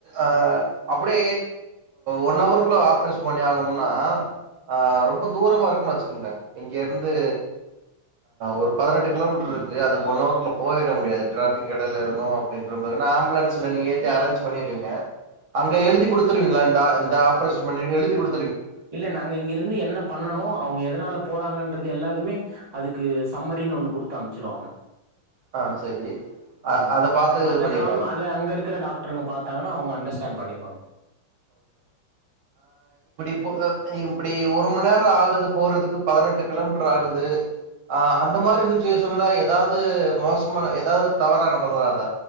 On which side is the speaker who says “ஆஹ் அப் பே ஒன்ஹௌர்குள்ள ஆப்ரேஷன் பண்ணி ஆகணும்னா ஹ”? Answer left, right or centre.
Right